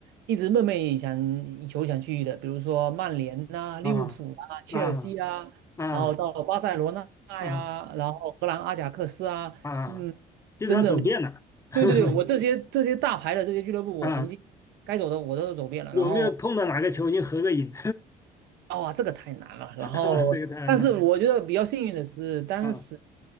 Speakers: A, on the right; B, on the left.
A: 一直梦寐以想以求想去的，比如说曼联呐、利物浦啊、
B: 啊
A: 切尔西啊，
B: 啊啊
A: 然后到巴塞罗那呀，
B: 啊啊
A: 然后荷兰阿贾克斯啊，
B: 啊，
A: 嗯，
B: 基本上走遍了。
A: 真的，
B: <laughs>
A: 对对对，我这些这些大牌的这些俱乐部，我曾经该走的我都走遍了，
B: 啊，有没有碰到哪个球星合个影？
A: 然后。哦，这个太难了。
B: <laughs>
A: 然后，
B: 啊，这个当然了。
A: 但是我觉得比较幸运的是，当时，
B: 啊